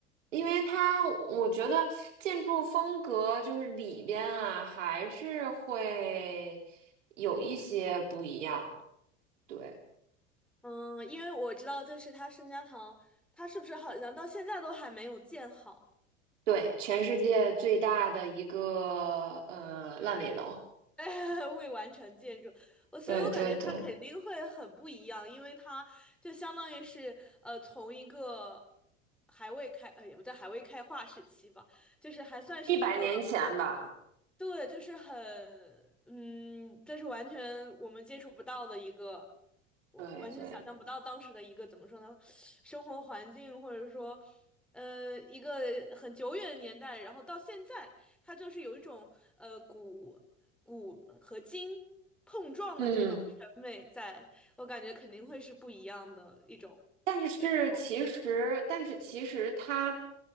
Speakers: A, on the right (about 70°); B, in the centre.
A: 因为它我觉得建筑风格就是里边啊，还是会有一些不一样。对
B: 嗯，因为我知道，就是它圣家堂，它是不是好像到现在都还没有建好？
A: 对，全世界最大的一个呃烂尾楼。
B: <laughs> 未完成建筑，我所以，
A: 对对对，
B: 我感觉它肯定会很不一样，因为它就相当于是呃，从一个还未开呃，也不叫还未开化时期吧，就是还算是一个
A: 一百年前吧。
B: 对，就是很，嗯，这是完全我们接触不到的一个，我完全想象不到当时的一个怎么说呢，
A: 对对，
B: 生活环境或者说，呃，一个很久远的年代，然后到现在，它就是有一种呃古古和今碰撞的这种审美在，
A: 嗯。
B: 我感觉肯定会是不一样的一种这个风格。
A: 但是其实，但是其实它，